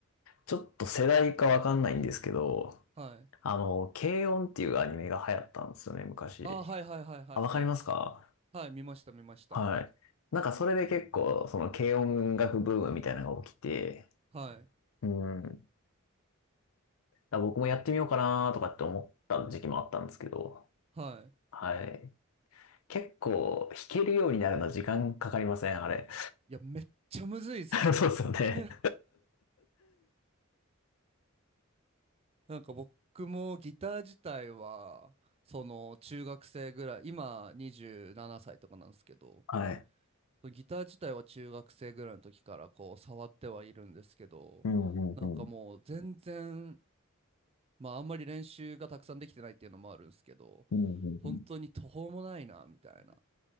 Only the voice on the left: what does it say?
ちょっと世代かわかんないんですけど、
あの、軽音っていうアニメが流行ったんですよね、昔。
あ、わかりますか
はい。なんかそれで結構、その軽音楽ブームみたいなのが起きて、
うん。だから僕もやってみようかなとかって思った時期もあったんですけど、
はい。結構弾けるようになるの時間かかりません、あれ。
<laughs> そうですよね。
<laughs> はい。
うん、うん、うん。
うん、
うん